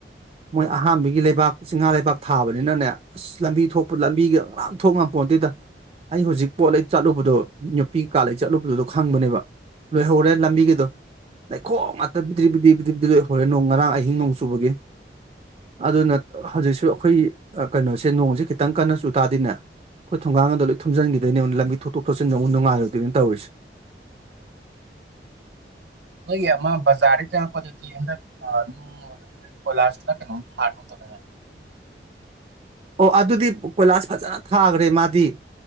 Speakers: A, on the right; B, on the right.
A: ꯃꯣꯏ ꯑꯍꯥꯟꯕꯒꯤ ꯂꯩꯕꯥꯛ ꯆꯤꯡꯉꯥ ꯂꯩꯕꯥꯛ ꯊꯥꯕꯅꯤꯅꯅꯦ ꯑꯥꯁ ꯂꯝꯕꯤ ꯊꯣꯛꯄ ꯂꯝꯕꯤꯒ ꯀꯅꯥꯝ ꯊꯣꯛꯉꯝ ꯄꯣꯟꯇꯦꯗ ꯑꯩ ꯍꯧꯖꯤꯛ ꯄꯣꯠꯂꯩ ꯆꯠꯂꯨꯕꯗꯣ ꯌꯣꯠꯄꯤ ꯀꯥꯂꯩ ꯆꯠꯂꯨꯕꯗꯨꯗ ꯈꯪꯕꯅꯦꯕ ꯂꯣꯏꯍꯧꯔꯦ ꯂꯝꯕꯤꯒꯤꯗꯣ ꯂꯩꯈꯣꯝ ꯉꯥꯛꯇ ꯕꯤꯗ꯭ꯔꯤ ꯕꯤꯗ꯭ꯔꯤ ꯕꯤꯗ꯭꯭ꯔꯤ ꯂꯣꯏꯍꯧꯔꯦ ꯅꯣꯡ ꯉꯔꯥꯡ ꯑꯍꯤꯡ ꯅꯣꯡ ꯆꯨꯕꯒꯤ ꯑꯗꯨꯅ ꯍꯧꯖꯤꯛꯁꯨ ꯑꯩꯈꯣꯏ ꯑꯥꯀꯩꯅꯣꯖꯦ ꯅꯣꯡꯖꯦ ꯈꯤꯇꯪ ꯀꯟꯅ ꯆꯨꯇꯥꯔꯗꯤꯅꯦ ꯑꯩꯈꯣꯏ ꯊꯣꯡꯒꯥꯟꯒꯗꯣ ꯂꯣꯏ ꯊꯨꯝꯖꯟꯈꯤꯗꯣꯏꯅꯦ ꯂꯝꯕꯤ ꯊꯣꯛꯇꯣꯛ- ꯊꯣꯛꯆꯤꯟꯗ ꯑꯃꯨꯛ ꯅꯨꯡꯉꯥꯏꯔꯨꯗꯣꯏꯅꯦ ꯇꯧꯔꯤꯁꯦ
B: ꯅꯣꯏꯒꯤ ꯑꯃ ꯕꯖꯥꯔꯗꯩ ꯆꯪꯉꯛꯄꯗꯨꯗꯤ ꯍꯟꯗꯛ ꯑꯥ ꯅꯨꯡ ꯀꯣꯏꯂꯥꯁꯂ ꯀꯩꯅꯣꯝ ꯊꯥꯒꯤꯒꯨꯝ ꯇꯧꯗꯥꯏꯅꯦ
A: ꯑꯣ ꯑꯗꯨꯗꯤ ꯀꯣꯏꯂꯥꯁ ꯐꯖꯅ ꯊꯥꯈ꯭ꯔꯦ ꯃꯥꯗꯤ